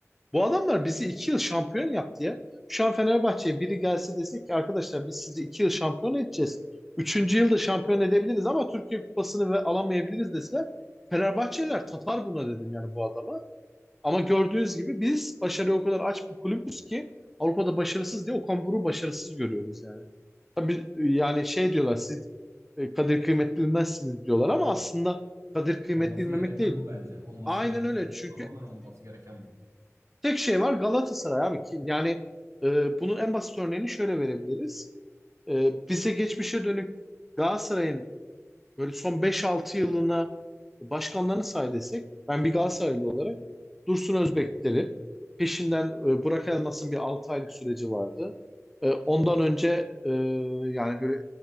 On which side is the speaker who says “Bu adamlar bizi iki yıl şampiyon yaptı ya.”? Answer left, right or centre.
Centre